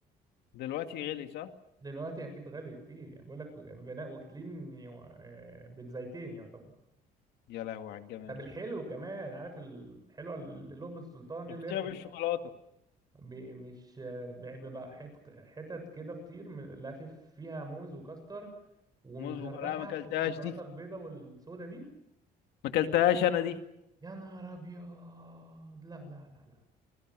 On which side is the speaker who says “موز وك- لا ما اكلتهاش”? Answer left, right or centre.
Left